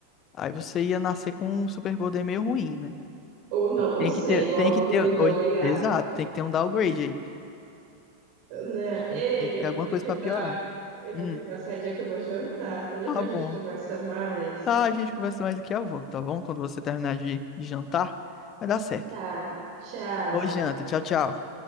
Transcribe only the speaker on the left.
Aí você ia nascer com um superpoder meio ruim, né?
Tem
que ter,
tem que ter,
ou- exato, tem que ter um downgrade aí.
Tem tem que ter
alguma
coisa
pra
piorar.
Hum,
tá bom.
Tá, a gente conversa mais daqui a pouco, tá bom? Quando você terminar de, de jantar, vai dar certo.
Boa janta, tchau, tchau.